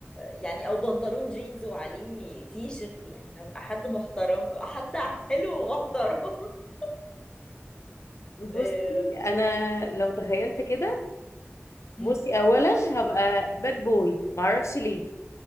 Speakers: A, on the left; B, on the left.
A: يعني او بنطلون جينز وعليه تي شيرت يعني هبقى حد محترم حد حلو ومحترم <laughs>
B: بصي
A: آه،
B: انا لو تخيلت كده
A: هم.
B: بصي اولا هبقى باد بوي معرفش ليه